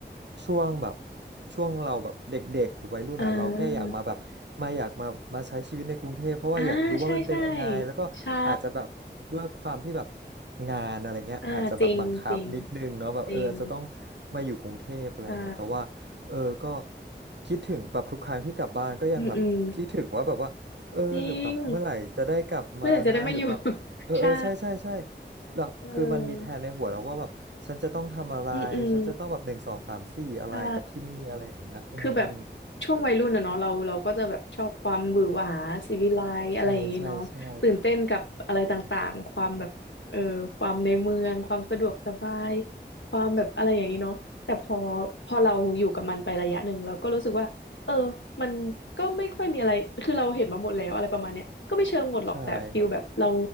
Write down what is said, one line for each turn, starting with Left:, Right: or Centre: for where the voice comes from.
Right: ช่วงแบบช่วงเราแบบเด็กๆหรือวัยรุ่นอ่ะเราแค่อยากมาแบบมาอยากมามาใช้ชีวิตในกรุงเทพเพราะว่าอยากรู้ว่ามันเป็นยังไงแล้วก็อาจจะแบบด้วยความที่แบบ
Left: อ่าอ่าใช่ใช่ใช่
Right: งานอะไรเงี้ยอาจจะแบบบังคับนิดนึงเนาะแบบเอออาจจะต้อง
Left: อ่าจริงจริงจริง
Right: มาอยู่กรุงเทพอะไรเงี้ยแต่ว่าเออก็
Left: ใช่
Right: คิดถึงแบบทุกครั้งที่กลับบ้านก็ยังแบบคิดถึงว่าแบบว่าเออหรือแบบเมื่อไหร่จะได้กลับมานะหรือแบบ
Left: อืมอืมจริงเมื่อไหร่จะได้มาอยู่ <laughs>
Right: เออเออใช่ใช่ใช่
Left: ใช่
Right: แบบคือมันมีแผนในหัวแล้วว่าแบบฉันจะต้องทำอะไรฉันจะต้องแบบหนึ่งสองสามสี่อะไรกับที่นี่อะไรอย่างเงี้ยอืม
Left: เอออืมอืมใช่ คือแบบช่วงวัยรุ่นอะเนาะเราเราก็จะแบบชอบความหวือหวาศิวิไลซ์อะไรอย่างงี้เนาะตื่นเต้นกับอะไรต่างๆความแบบเออความในเมืองความสะดวกสบาย
Right: ใช่ใช่ใช่
Left: ความแบบอะไรอย่างงี้เนาะแต่พอพอเราอยู่กับมันไประยะหนึ่งเราก็รู้สึกว่าเออมันก็ไม่ค่อยมีอะไรคือเราเห็นมาหมดแล้วอะไรประมาณเนี้ยก็ไม่เชิงหมดหรอกแต่ฟิลแบบเรา
Right: ใช่ครับ